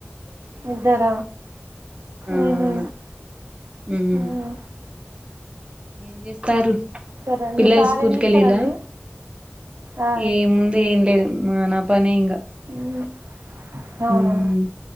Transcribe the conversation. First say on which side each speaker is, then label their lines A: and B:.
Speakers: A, on the right (about 85°); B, on the right (about 25°).
A: ఇద్దర
B: ఆ
A: ఉహు
B: అవును ఉమ్
A: అవున
B: ఏం చేస్తారు
A: సరే అండి
B: పిల్లలు
A: మీ సార్
B: స్కూల్కి
A: ఏం చేస్తారండి
B: ఎల్లిండ్ల
A: ఆ
B: ఏ ముంది ఏం లేదు మా నా పనే ఇంగ
A: ఉమ్ అవునా
B: ఉమ్